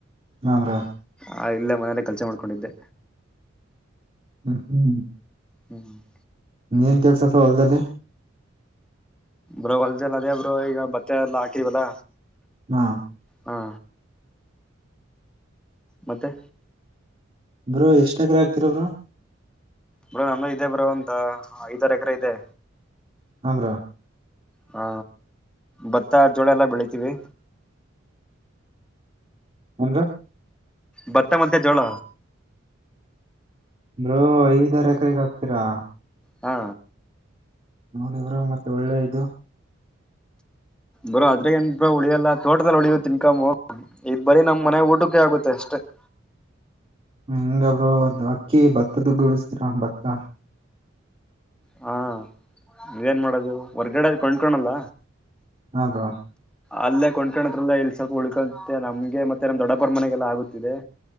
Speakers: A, on the right (about 30°); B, in the centre.
A: ಹಾ ಬ್ರೋ
B: ಆ ಇಲ್ಲೇ ಮನೇಲೆ ಕೆಲಸ ಮಾಡ್ಕೊಂಡಿದ್ದೆ
A: ಹ್ಮ್ ಹ್ಮ್.
B: ಹ್ಮ್ <inaudible>
A: ಏನ್ ಕೆಲಸಪ್ಪ ಹೊಲದಲ್ಲಿ.
B: ಬ್ರೋ ಹೊಲದಲ್ಲ ಅದೇ ಬ್ರೋ ಈಗ ಬತ್ತೆ ಎಲ್ಲ ಹಾಕಿದವಲ್ಲ.
A: ಹಾ.
B: ಹಾ. ಮತ್ತೆ.
A: ಬ್ರೋ ಎಷ್ಟಕ್ರ ಆಗ್ತಿರ ಬ್ರ.
B: ಬ್ರೋ ನಮ ಇದೆ ಬ್ರೋ ಒಂತ ಐದಾರ ಎಕರೆ ಇದೆ.
A: ಹೂ ಬ್ರೋ
B: ಹಾ ಭತ್ತ ಜೋಳ ಎಲ್ಲ ಬೆಳಿತೀವಿ.
A: ಏನ್ ಬ್ರೋ.
B: ಭತ್ತ ಮತ್ತೇ ಜೋಳ.
A: ಬ್ರೋ ಐದಾರ ಎಕರೆಗೆ ಹಾಕ್ತೀರಾ.
B: ಹಾ
A: ನೋಡಿ ಬ್ರೋ ಮತ್ತೆ ಒಳ್ಳೆ ಇದು.
B: ಬರೋ ಅದ್ರೆ ಏನ್ ಉಳಿಯಲ್ಲ ತೋಟದದಲ್ಲಿ ಉಳಿಯು ಇನ್ಕಾಮು ಈ ಬರೀ ನಮ್ ಮನೆ ಊಟಕ್ಕೆ ಆಗುತ್ತೆ ಅಷ್ಟೇ. ಹ <inaudible>
A: ಹಿಂಗ ಬ್ರೋ ಅಕ್ಕಿ ಭತ್ತ ದುಡ್ಡು ಉಳಸ್ತೀರ ಭತ್ತ.
B: ಹಾ ನೀವೇನ್ ಮಾಡೋದು ಹೊರ್ಗಡೆ ಕೊಂಡ್ಕಣಲ್ಲ.
A: ಹ ಬ್ರೋ.
B: ಅಲ್ಲೇ ಕೊಂಡ್ಕಣದ್ರಲ್ಲ ಇಲ್ಸೊಕ ಉಳ್ಕೊ ನಮ್ಗೆ ಮತ್ತೆ ನಮ್ ದೊಡ್ಡಪರ ಮನೆಗೆಲ್ಲ ಆಗುತ್ತಿದೆ.